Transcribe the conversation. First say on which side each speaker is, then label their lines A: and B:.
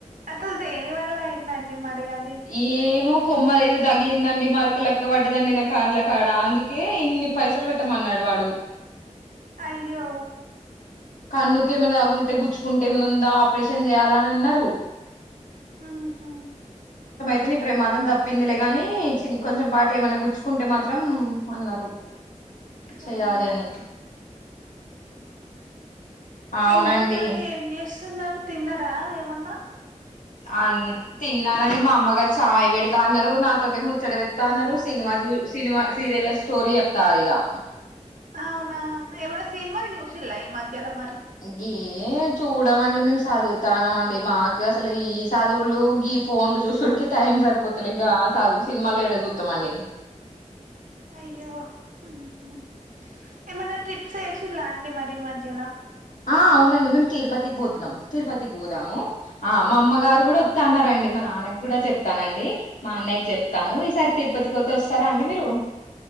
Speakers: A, on the right; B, on the left.
A: అసలు దేని వల్ల అయిందండి మరి అది
B: ఏమో కొమ్మ ఏదో తగిలిందండి మరక లెక్క పడ్డదండి నా కాన్ల కాడ అందుకే ఇన్ని పైసలు పెట్టమన్నాడు వాడు
A: అయ్యో
B: కన్నుకి ఏమైనా తగులితే గుచ్చుకుంటే ఏమన్నా ఉందా ఆపరేషన్ చేయ్యాల అని అన్నారు
A: ఉ హ్
B: అతని ప్రమాదం తప్పిందిలే ని కొంచెం పాట ఏమైనా గుచ్చుకుంటే మాత్రం అన్నారు
A: ఎలా
B: చెయాలి
A: ఉన్నారు
B: అని అవునండి
A: ఇంకా మరి ఏం చేస్తున్నారు తిన్నరా ఏమన్నా
B: అ తిన్నానండి మా అమ్మగారు చాయ్ పెడతా అన్నారు నాతోట ముచ్చడి పెడతా అన్నారు సినిమా రి సినిమా సీరియల్ స్టోరీ చెప్తారు ఇగా
A: అవునా ఏమన్నా సినిమా చూసిర్రా ఈ మధ్యలో మరి
B: గే చో చమండి మేము చదువుతాన్నాంమండి మాకు అసలు ఈ చదువులు గీ ఫోన్ లు చూసికే టైం జరుపు అసలు ఇగ చదువు సినిమాలు ఎడ చూద్దాంమండి
A: అయ్యో ఉ హ్ ఏమన్నా ట్రిప్ ఏసిల అండి మరి మధ్యల
B: ఆ అవునండి మేము తిరుపతికి పోతున్నాం తిరుపతికి పోదాము ఆ మా అమ్మగారు కూడా న్నండి మా నాన్నకి కూడా చెప్తానండి మా అన్నయ్యకి చెప్తాను ఈసారి తిరుపతికి పోతే వస్తారా అండి మీరు